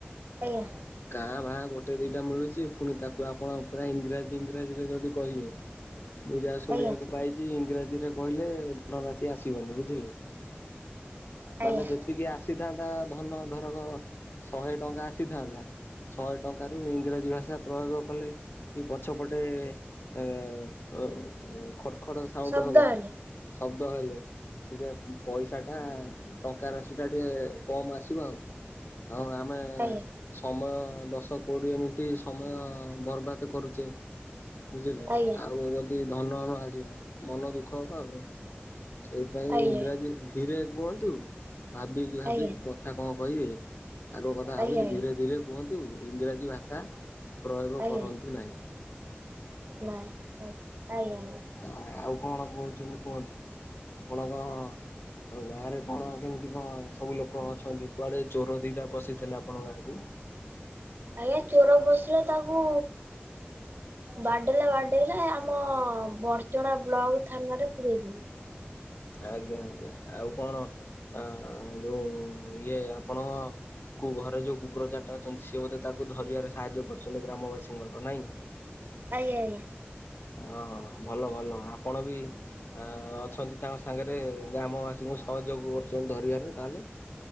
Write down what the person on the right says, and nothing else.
ଆଜ୍ଞା।
ଆଜ୍ଞା
ଆଜ୍ଞା।
ଶବ୍ଦ
ହେଲେ
ଆଜ୍ଞା
ଆଜ୍ଞା
ଆଜ୍ଞା
ଆଜ୍ଞା
ଆଜ୍ଞା
ଆଜ୍ଞା
ଆଜ୍ଞା।
ନାଇଁ ଆ ଆଜ୍ଞା ଆଜ୍ଞା।
ଆଜ୍ଞା ଚୋର ପଶିଲେ ତାକୁ। ବାଡେଇଲେ ବାଡେଇଲେ ଆମ ବରଚଣା ବ୍ଲକ ଥାନାରେ ପୁରେଇଦେଲୁ।
ଆଜ୍ଞା ଆଜ୍ଞା।